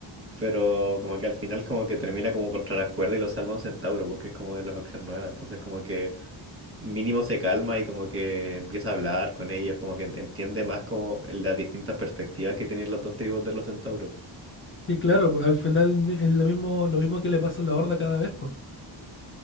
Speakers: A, on the right; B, on the left.
A: Pero como que al final como que termina como contra la cuerda y lo salva un centauro porque es como de la facción nueva. Entonces como que... mínimo se calma y como que empieza a hablar con ellos, como que en- entiende más como las distintas perspectivas que tienen las dos tribus de los centauros.
B: Y claro, pues, al final es lo mismo, lo mismo que le pasa a la Horda cada vez, pues.